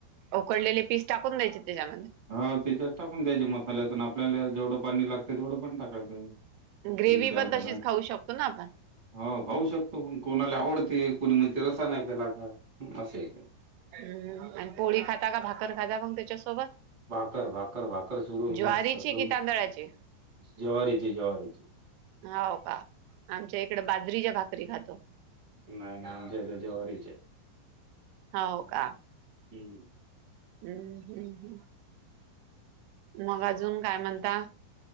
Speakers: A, on the right (about 80°); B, on the right (about 20°).
A: उकडलेले पीस टाकून द्यायचे त्याच्यामध्ये.
B: हा त्याच्यात टाकून द्यायचे मसाल्यातून आपल्याला जेवढं पाणी लागतें तेवढं पण टाकायचं.
A: ग्रेवही
B: तीन चार
A: पण
B: जणांचे
A: तशीच खाऊ शकतो ना आपण.
B: हो भाऊ शकतो पण कोणाला आवडते कोणी म तेि रसा नाही केला का असं आहे का
A: हम्म आणि पोळी खाता का भाकर खाता मग त्याच्यासोबत.
B: भाकर भाकर भाकर चोरून
A: ज्वारीची
B: मस्ततून
A: कि तांदळाची
B: जवारीची जवारीची.
A: हो का आमच्या इकडे बाजरीच्या भाकरी खातो.
B: नाही ना आमचे ते जवरचे.
A: हा हो का.
B: हम.
A: हम्म हम्म हम्. मग अजून काय म्हणता.